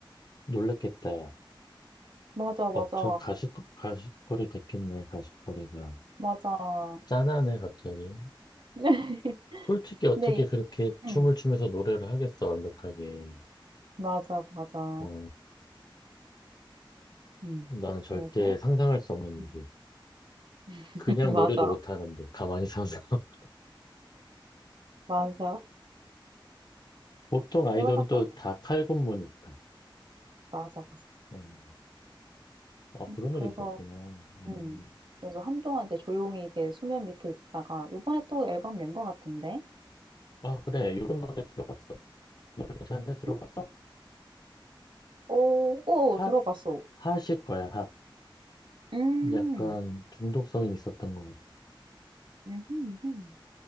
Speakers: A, on the left; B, on the right.
A: 놀랬겠다. 야.
B: 맞아, 맞아.
A: 업저 가식, 가식거리 됐겠네, 가식거리가.
B: <laughs> 맞아.
A: 짠하네, 갑자기.
B: <laughs>
A: 솔직히 어떻게
B: 근데,
A: 그렇게
B: 응,
A: 춤을 추면서 노래를 하겠어, 완벽하게.
B: 맞아, 맞아.
A: 어,
B: 응,
A: 나는 절대
B: 그래서,
A: 상상할 수 없는
B: 응.
A: 일이야.
B: <laughs>
A: 그냥
B: 맞아,
A: 노래도 못하는데, 가만히 서서. <laughs>
B: 맞아.
A: 보통 아이돌은
B: 그러다가,
A: 또 다 칼군무니까.
B: 맞아, 맞아.
A: 음, 아,
B: 음,
A: 그런
B: 그래서,
A: 일이 있었구나. 음,
B: 응. 그래서 한동안 이제 조용히 이게 수면 밑에 있다가, 요번에 또 앨범 낸 것 같던데?
A: 아, 그래. 요런 노래 들어봤어. 노래 괜찮은데? 들어봤어?
B: 응? 오, 오,
A: 핫,
B: 들어봤어.
A: 핫일 거야, 핫.
B: 음,
A: 약간 중독성이 있었던 것 같아.
B: 음, 음, 음.